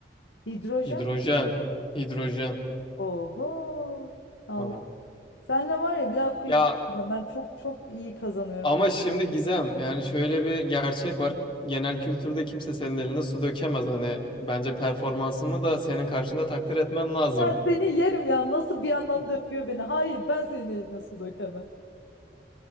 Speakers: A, on the left (about 80°); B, on the left (about 30°).
A: Hidrojen.
B: Hidrojen. Hidrojen.
A: Oho. Allah.
B: Tamam.
A: Senle var ya bir daha quiz
B: Ya
A: yapacağım. ben çok çok iyi kazanıyorum.
B: ama şimdi Gizem yani şöyle bir gerçek var. Genel kültürde kimse senin eline su dökemez. Hani bence performansımı da senin karşında takdir etmen lazım.
A: Ben seni yerim ya nasıl bir yandan dövüyor beni. Hayır ben senin eline su dökemem.